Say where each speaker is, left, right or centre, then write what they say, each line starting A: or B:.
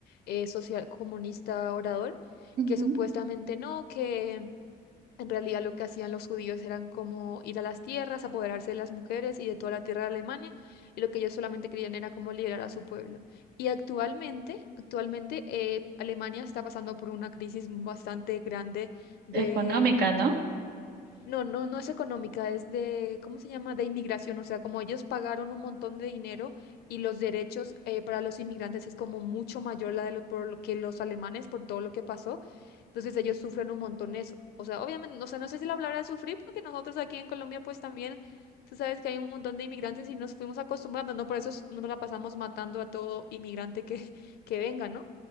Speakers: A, on the left; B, on the right.
A: eh, social comunista orador,
B: Ujú.
A: que supuestamente no, que en realidad lo que hacían los judíos eran como ir a las tierras, apoderarse de las mujeres y de toda la tierra de Alemania, y lo que ellos solamente querían era como liberar a su pueblo. Y actualmente, actualmente eh, Alemania está pasando por una crisis bastante grande de,
B: Económica, ¿no?
A: no, no, no es económica, es de, ¿cómo se llama? De inmigración, o sea, como ellos pagaron un montón de dinero y los derechos eh, para los inmigrantes es como mucho mayor la de lo, por lo que los alemanes, por todo lo que pasó, entonces ellos sufren un montón eso, o sea, obviamente, o sea, no sé si la palabra es sufrir, porque nosotros aquí en Colombia pues también, tú sabes que hay un montón de inmigrantes y nos fuimos acostumbrando, ¿no? Por eso s- no la pasamos matando a todo inmigrante que, <laughs> que venga, ¿no?